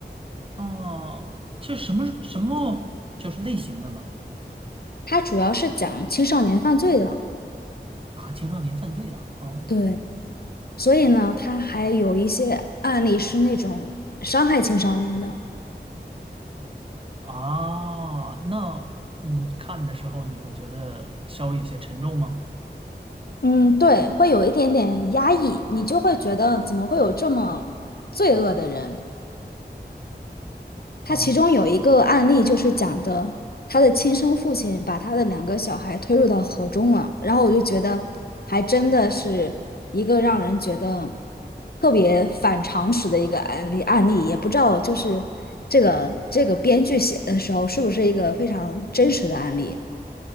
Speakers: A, on the right (about 30°); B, on the left (about 60°).
A: 哦、是什么什么就是类型的呢？
B: 它主要是讲青少年犯罪的，
A: 啊，青少年犯罪的。哦，
B: 对，所以呢，它还有一些案例是那种伤害青少年的。
A: 啊，那你看的时候你会觉得稍微有些沉重吗？
B: 嗯，对，会有一点点压抑，你就会觉得怎么会有这么罪恶的人？他其中有一个案例就是讲的他的亲生父亲把他的两个小孩推入到河中了，
A: 哦，
B: 然后我就觉得还真的是一个让人觉得特别反常识的一个案例案例，也不知道就是这个这个编剧写的时候是不是一个非常真实的案例？